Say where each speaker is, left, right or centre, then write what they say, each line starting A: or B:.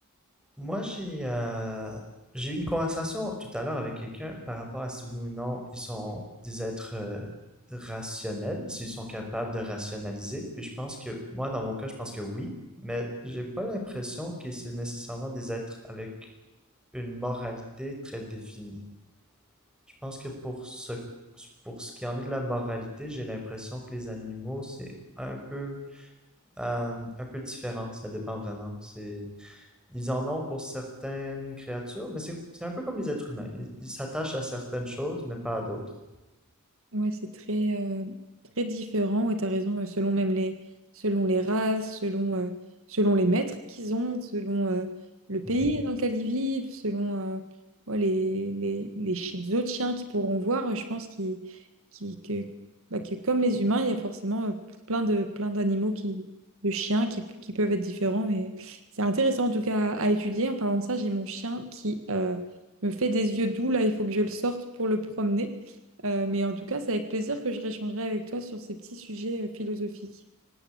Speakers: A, in the centre; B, on the right (about 65°).
A: Moi, j'ai euh, j'ai eu une conversation tout à l'heure avec quelqu'un par rapport à si oui ou non ils sont des êtres euh, rationnels, s'ils sont capables de rationaliser. Puis je pense que, moi, dans mon cas, je pense que oui, mais j'ai pas l'impression que c'est nécessairement des êtres avec une moralité très définie. Je pense que pour ce, pour ce qui en est de la moralité, j'ai l'impression que les animaux, c'est un peu, euh, un peu différent. Ça dépend vraiment. C'est ils en ont pour certaines créatures, mais c'est c'est un peu comme les êtres humains. Ils ils s'attachent à certaines choses, mais pas à d'autres.
B: Ouais, c'est très, euh, très différent. Ouais, t'as raison, euh, selon même les, selon les races, selon, euh, selon les maîtres qu'ils ont, selon euh, le pays
A: Mhm.
B: dans lequel ils vivent, selon euh, ouais, les, les, les chi- les autres chiens qu'ils pourront voir. euh, Je pense qu'ils, qui que, bah, que comme les humains, il y a forcément euh, plein de, plein d'animaux qui, de chiens qui, qui peuvent être différents. Mais c'est intéressant en tout cas à, à étudier. En parlant de ça, j'ai mon chien qui euh, me fait des yeux doux. Là, il faut que je le sorte pour le promener. Euh, mais en tout cas, c'est avec plaisir que je réchangerai avec toi sur ces petits sujets euh, philosophiques.